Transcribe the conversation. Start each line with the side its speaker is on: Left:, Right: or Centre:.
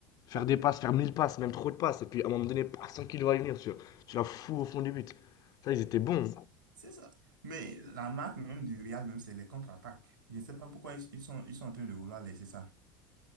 Left: Faire
Right: Oui.
Left: des passes, faire 1000 passes, même trop de passes, et puis à un moment donné, paf, sans qu'il va y venir, tu, tu la fous au fond du but. Ça, ils étaient bons.
Right: C'est ça. Mais la marque même du Real, même, c'est les contre-attaques. Je ne sais pas pourquoi ils, ils sont, ils sont en train de vouloir laisser ça.